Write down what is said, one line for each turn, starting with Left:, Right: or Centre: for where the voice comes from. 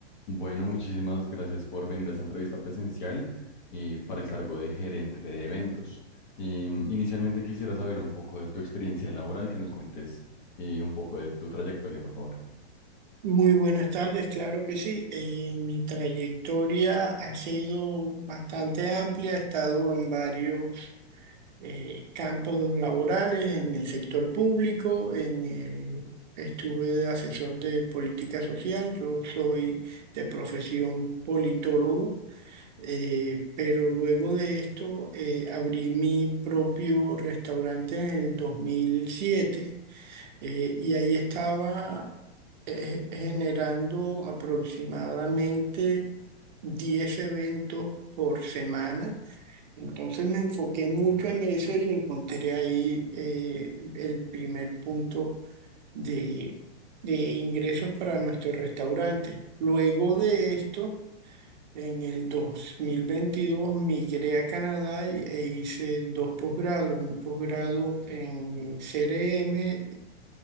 Left: Bueno, muchísimas gracias por venir a esta entrevista presencial eh, para el cargo de gerente de eventos. Em, inicialmente quisiera saber un poco de tu experiencia laboral, que nos cuentes eh, un poco de tu trayectoria, por favor.
Right: Muy buenas tardes, claro que sí. Eh, mi trayectoria ha sido bastante amplia, he estado en varios eh, campos laborales, en el sector público, en el- estuve de asesor de política social, yo soy de profesión politólogo, eh, pero luego de esto eh, abrí mi propio restaurante en el 2007. Eh, y ahí estaba eh, generando aproximadamente 10 eventos por semana. Entonces me enfoqué mucho
Left: Ujú,
Right: en eso y encontré ahí eh, el primer punto de, de ingresos para nuestro restaurante. Luego
Left: Ok,
Right: de esto, en el 2022 migré a Canadá y- e hice dos posgrados, un posgrado en CRM